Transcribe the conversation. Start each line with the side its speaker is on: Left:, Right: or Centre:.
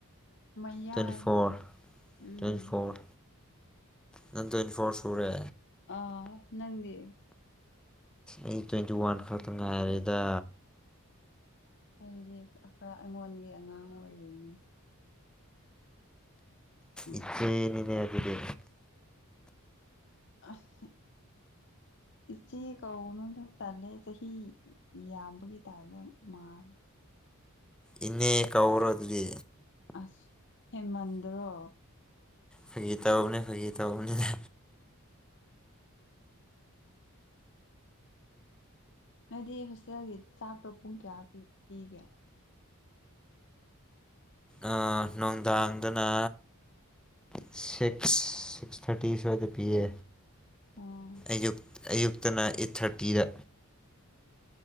Left: ꯃꯌꯥꯏ
Centre: ꯇ꯭ꯋꯦꯟꯇꯤ ꯐꯣꯔ
Left: ꯎꯝ
Centre: ꯇ꯭ꯋꯦꯟꯇꯤ ꯐꯣꯔ ꯅꯪ ꯇ꯭ꯋꯦꯟꯇꯤ ꯐꯣꯔ ꯁꯨꯔꯦ
Left: ꯑꯥ ꯅꯪꯗꯤ
Centre: ꯑꯩ ꯇ꯭ꯋꯦꯟꯇꯤ ꯋꯥꯟ ꯈꯛꯇ ꯉꯥꯏꯔꯤꯗ
Left: ꯑꯗꯨꯗꯤ ꯈꯔ ꯑꯩꯉꯣꯟꯒꯤ ꯑꯉꯥꯡ ꯑꯣꯏꯔꯤꯅꯦ ꯎꯝ
Centre: ꯏꯆꯦꯅꯤꯅꯦ ꯑꯗꯨꯗꯤ
Left: ꯑꯁ ꯏꯆꯦ ꯀꯧꯒꯅꯨꯗ ꯇꯜꯂ‌ꯦ ꯆꯍꯤ ꯌꯥꯝꯕꯒꯤ ꯇꯥꯏꯞꯇ ꯃꯥꯂ
Centre: ꯏꯅꯦ ꯀꯧꯔ ꯑꯗꯨꯗꯤ
Left: ꯑꯁ ꯍꯦꯟꯃꯟꯗ꯭ꯔ‌ꯣ
Centre: ꯐꯒꯤ ꯇꯧꯕꯅ‌ꯦ ꯐꯒꯤ ꯇꯧꯕꯅ‌ꯦ
Left: ꯅꯣꯏꯗꯤ ꯍꯣꯁꯇꯦꯜꯒꯤ ꯆꯥꯛꯇꯣ ꯄꯨꯡ ꯀꯌꯥ ꯄꯤꯒꯦ
Centre: ꯑꯥ ꯅꯨꯡꯗꯥꯡꯗꯅ ꯁꯤꯛꯁ ꯁꯤꯛꯁ ꯊꯥꯔꯇꯤ ꯁ꯭ꯋꯥꯏꯗ ꯄꯤꯌꯦ
Left: ꯑꯣ
Centre: ꯑꯌꯨꯛ ꯑꯌꯨꯛꯇꯅ ꯑꯩꯠ ꯊꯥꯔꯇꯤꯗ